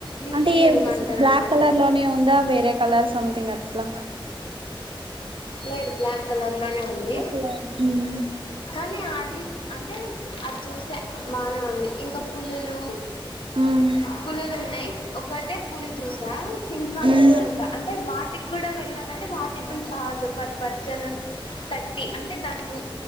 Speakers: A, on the left (about 65°); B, on the right (about 65°).
A: నీటి
B: అంటే ఈ
A: ఏనుగు అంటారు
B: బ్లాక్
A: అనమాట
B: కలర్
A: దాన్ని
B: లోనే ఉందా వేరే కలర్ సం థింగ్ అట్లా
A: లేదు బ్లాక్ కలర్ లోనే ఉంది
B: బ్లాక్ కలర్. ఉమ్
A: కానీ అది అంటే అది చూసా బానే ఉంది ఇంకా పులులు
B: ఉమ్
A: పులులు ఉన్నాయి ఒక్కటే పులి చూసా సింహాలు
B: ఉమ్
A: ఏమి ఎంత అంటే వాటికి కూడా వెళ్ళాలంటే వాటికి గుంచి చాలా పర్ పర్సన్ థర్టీ అంటే దాని ము